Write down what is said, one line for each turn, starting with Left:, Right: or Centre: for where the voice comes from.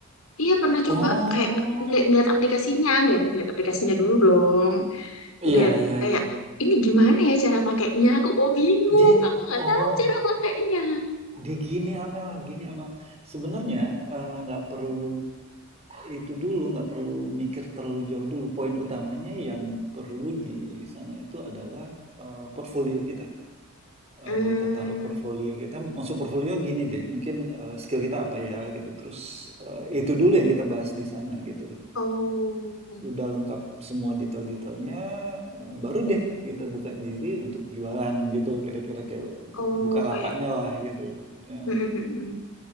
Left: Iya pernah
Right: Oh.
Left: coba kayak ngeliat, ngeliat aplikasinya, ngeliat, ngeliat aplikasinya dulu dong. Ngeliat
Right: Iya iya
Left: kayak
Right: iya.
Left: ini gimana ya cara pakainya? Aku kok bingung,
Right: Dia
Left: aku nggak tahu
Right: oh
Left: cara pakainya.
Right: di gini Amel, gini Amel. Sebenarnya eh, nggak perlu itu dulu, nggak perlu mikir terlalu jauh dulu. Poin utamanya yang perlu di sana itu adalah eh, portfolio kita.
Left: Hmm,
Right: Eh, kita taruh portfolio kita, Maksud portfolio gini deh. Mungkin eh, skill kita apa ya gitu. Terus eh, itu dulu yang kita bahas di sana gitu.
Left: oh,
Right: udah lengkap semua detail-detailnya eh, baru deh kita buka diri untuk jualan gitu kira-kira kayak
Left: oh
Right: buka lapaknya
Left: kayak,
Right: lah gitu ya
Left: mm, mm, mm, mm.